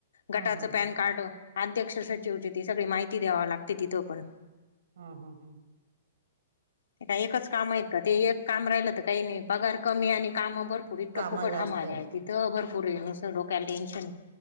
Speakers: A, on the right (about 75°); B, on the left (about 85°).
A: हा
B: गटाचं
A: हा
B: पॅन कार्ड अध्यक्ष सचिवची ती सगळी मायती द्यावं लागते तिथं पण
A: हम हम हम
B: ते का एकच काम आहे का ते एक काम राहिलं तर काई नाही पगार कमी आणि कामं भरपूर इतकं
A: कामा
B: फुकट
A: जास्त
B: हमाल्या
A: आहे
B: हाय तीत त भरपूर आहे नुसतं डोक्याला टेन्शन